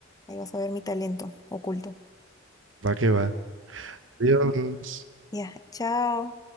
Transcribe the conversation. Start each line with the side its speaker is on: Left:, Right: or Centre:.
Left: Ahí vas a ver mi talento oculto.
Right: Va que va. Adiós.
Left: Ya, chao.